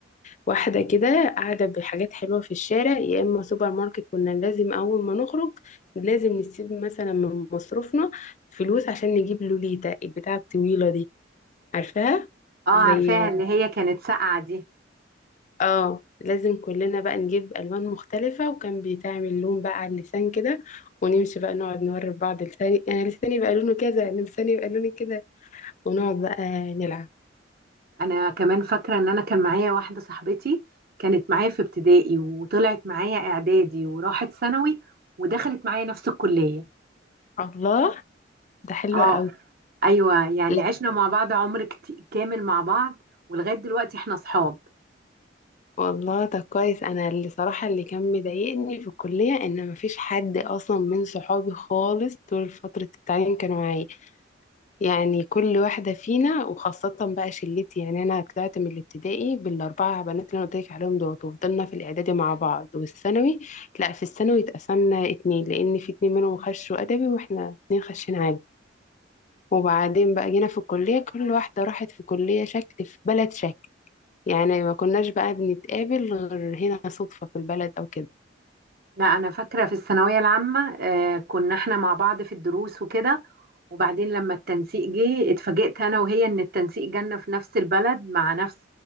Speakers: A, on the left (about 40°); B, on the right (about 55°).
A: واحدة كده قاعدة بحاجات حلوة في الشارع يا إما سوبر ماركت كنا لازم أول ما نخرج لازم نسيب مثلا من مصروفنا فلوس عشان نجيب لوليتا البتاعة الطويلة دي عارفاها
B: اه عارفاها
A: زي
B: اللي هي كانت ساقعة دي
A: اه لازم كلنا بقى نجيب ألوان مختلفة وكان بيتعمل لون بقى على اللسان كده ونمشي بقى نقعد نوري بعض لساني أنا لساني يبقى لونه كذا لساني يبقى لوني كده ونقعد بقى نلعب
B: أنا كمان فاكرة إن أنا كان معايا واحدة صاحبتي كانت معايا في ابتدائي وطلعت معايا إعدادي وراحت ثانوي ودخلت معايا نفس الكلية
A: الله ده حلو
B: اه
A: قوي
B: ايوه يعني
A: لا
B: عشنا مع بعض عمر كت- كامل مع بعض ولغايه دلوقتي احنا اصحاب
A: والله ده كويس أنا اللي صراحة اللي كان مضايقني في الكلية إن مفيش حد أصلا من صحابي خالص طول فترة التعليم كانوا معايا يعني كل واحدة فينا وخاصة بقى شلتي يعني أنا طلعت من الابتدائي بالأربعة بنات اللي أنا قلت لك عليهم دول وفضلنا في الإعدادي مع بعض والثانوي لا في الثانوي اتقسمنا اتنين لأن في اتنين منهم خشوا أدبي وإحنا اتنين خشين عادي وبعدين بقى جينا في الكلية كل واحدة راحت في كلية شكل في بلد شكل يعني ما كناش بقى بنتقابل غير هنا صدفة في البلد أو كده
B: لا انا فاكره في الثانويه العامه آه كنا احنا مع بعض في الدروس وكده وبعدين لما التنسيق جه اتفاجئت انا وهي ان التنسيق جالنا في نفس البلد مع نفس